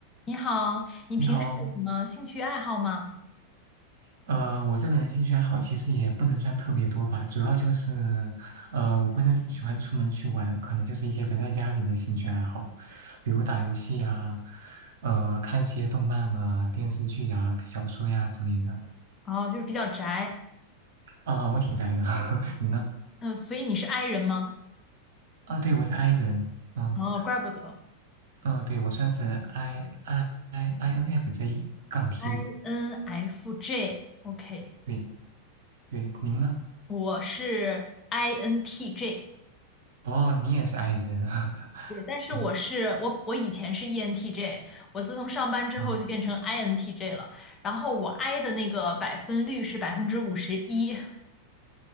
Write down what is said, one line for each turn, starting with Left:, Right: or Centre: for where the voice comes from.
Left: 你好，你平时有什么兴趣爱好吗？
Right: 你好，呃，我这个人兴趣爱好其实也不能算特别多吧，主要就是，呃，我不是很喜欢出门去玩，可能就是一些宅在家里的兴趣爱好，比如打游戏啊，呃，看些动漫啊、电视剧呀、小说呀、之类的。
Left: 哦，就是比较宅，
Right: 啊、我挺宅的，<laughs> 你呢？
Left: 嗯、所以你是 i 人吗？
Right: 啊，对，我是 I 人，嗯
Left: 哦，怪不得
Right: 嗯、呃对，我算是 I I I INFJ 杠 T，
Left: ，INFJ，OK，
Right: 对对，您呢？
Left: 我是 INTJ，
Right: 哦，你也是 I 人啊，<laughs>
Left: 对，但是我是我我以前是
Right: 嗯
Left: ENTJ，我自从上班之后就变成
Right: 嗯，
Left: INTJ 了，然后我 I 的那个百分率是百分之五十一，